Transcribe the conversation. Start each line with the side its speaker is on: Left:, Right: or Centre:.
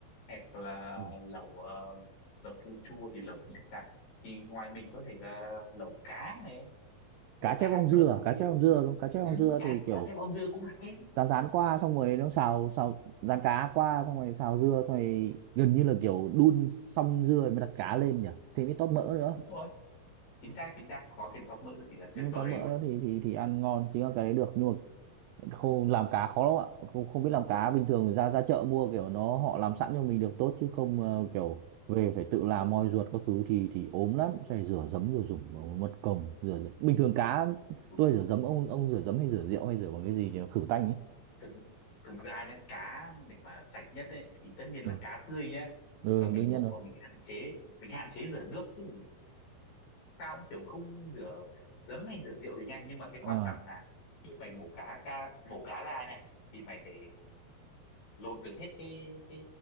Left: hoặc là
Right: ừ.
Left: lẩu ờ, lẩu chua chua thì lẩu gì được ta thì ngoài mình có thể là lẩu cá này lẩu
Right: cá
Left: cá
Right: chép om
Left: cũng
Right: dưa
Left: được
Right: à?
Left: tao
Right: cá
Left: thích cũng
Right: chép om dưa đúng cá chép
Left: ừ,
Right: om dưa
Left: cá
Right: thì kiểu
Left: cá thêm om dưa cũng hay
Right: rán rán qua xong rồi nó xào xào rán
Left: ừ,
Right: cá qua xong rồi xào dưa xong rồi gần như là kiểu đun xong dưa rồi mới đặt cá lên nhỉ thì mới tóp mỡ nữa
Left: đúng rồi chính xác chính xác có thêm top mỡ thì là tuyệt
Right: nhưng
Left: vời
Right: tóp mỡ
Left: luôn
Right: nữa thì thì thì ăn ngon chứ cái đấy được nhưng mà không làm cá khó lắm ạ không không biết làm cá bình thường thì ra ra chợ mua kiểu nó họ làm sẵn cho mình được tốt chứ không ờ, kiểu về phải tự làm moi ruột các thứ thì thì ốm lắm phải rửa giấm rồi dùng mật cồng rửa giấm. bình thường cá
Left: đúng
Right: tôi
Left: đúng
Right: rửa
Left: đúng
Right: giấm ông ông rửa giấm hay rửa rượu hay rửa bằng cái gì nhỉ khử tanh ấy
Left: thực thực ra nhé cá để mà sạch nhất ấy, thì tất nhiên
Right: ừ,
Left: là cá tươi nhé
Right: ừ
Left: và mình
Right: đương nhiên
Left: mổ
Right: rồi
Left: và mình hạn chế mình hạn chế rửa nước chứ tao cũng kiểu không rửa giấm hay rửa rượu gì nha nhưng mà cái quan
Right: à,
Left: trọng là khi mày mổ cá ra mổ cá ra này thì mày phải lột được hết cái cái